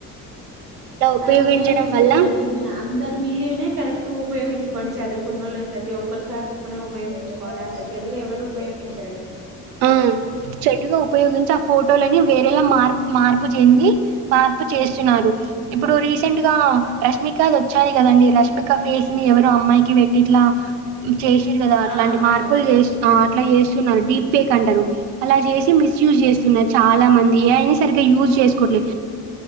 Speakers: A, on the right (about 60°); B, on the right (about 85°).
A: ఉపయోగించడం
B: అలా ఉపయోగించుకోవద్దండి
A: వల్ల
B: మీ అందర్ మీరైనా కరెక్ట్ గ ఉపయోగించుకోండి చదువుకున్నోళ్ళే, ప్రతి ఒక్కళ్ళు కరెక్ నే ఉపయోగించుకోవాలి అత చెడు. గే ఎవరు ఉపయోగించరండి
A: ఆ చెడుగా ఉపయోగించి ఆ ఫోటోలని వేరేలా మార్ మార్పు చెంది మార్పు చేస్తున్నారు ఇప్పుడు రీసెంట్ గా రష్మికాది వచ్చాయ్ గదండి, రష్మిక ఫేస్ ని ఎవరో అమ్మాయికి పెట్టి ఇట్లా చేసిరు గదా అట్లా.
B: ఆ
A: లాంటి
B: అవునా
A: మార్పులు చేసి ఆ అట్లా చేస్సున్నారు డీప్ ఫేక్ అంటారు అలా చేసి మిస్యూజ్ చేస్తున్నారు చాలా మంది, ఏ ఐ ని సరిగ్గా యూజ్ చేసుకోవట్లే.